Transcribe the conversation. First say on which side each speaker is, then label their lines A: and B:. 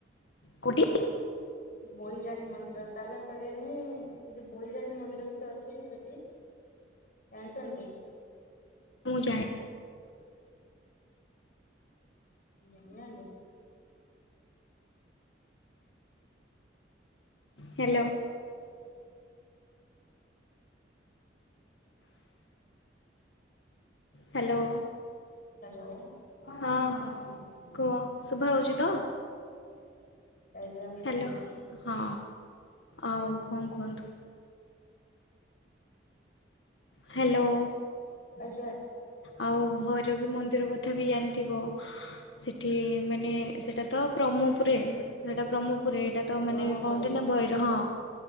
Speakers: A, on the left; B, on the left.
A: କୋଉଠି
B: ବୋଇରାଣୀ ମନ୍ଦିର, ତାରା ତାରିଣୀ ସେଠି ବୋଇରାଣୀ ମନ୍ଦିର କିଛି ଅଛି କି ସେଠି? ଜାଣିଛନ୍ତି?
A: ମୁଁ ଜା
B: ଜାଣି ନାହାନ୍ତି?
A: ହ୍ୟାଲୋ। ହ୍ୟାଲୋ।
B: ହ୍ୟାଲୋ।
A: ହଁ କୁହ। ଶୁଭା ଯାଉଚି ତ?
B: ଆଜ୍ଞା କୁହନ୍ତୁ।
A: ହାଲୋ ହଁ। ଆଉ କଣ କୁହନ୍ତୁ? ହ୍ୟାଲୋ।
B: ଆଜା
A: ଆଉ ଭୈରବୀ ମନ୍ଦିର କଥା ବି ଜାଣିଥିବ ସେଠି ମାନେ ସେଇଟା ତ ବ୍ରହ୍ମପୁରେ ସେଇଟା ବ୍ରହ୍ମପୁରେ ଏଇଟା ତ ମାନେ
B: ବ୍ରହ୍ମପୁର
A: କହନ୍ତି ନା ଭୈ ହଁ